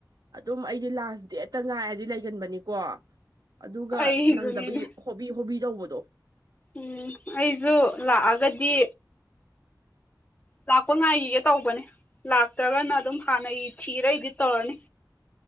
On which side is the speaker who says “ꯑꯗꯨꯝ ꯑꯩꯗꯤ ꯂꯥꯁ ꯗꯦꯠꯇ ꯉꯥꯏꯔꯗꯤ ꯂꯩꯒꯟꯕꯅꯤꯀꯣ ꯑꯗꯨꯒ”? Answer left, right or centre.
Right